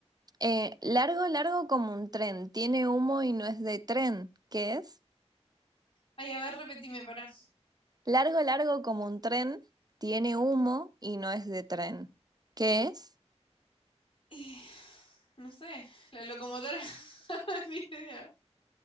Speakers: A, on the right; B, on the left.
A: eh, largo, largo como un tren. Tiene humo y no es de tren. ¿Qué es?
B: Ay, a ver, repetime, para.
A: Largo, largo como un tren, tiene humo y no es de tren. ¿Qué es?
B: Eh, no sé. La locomotora. <laughs> Ni idea.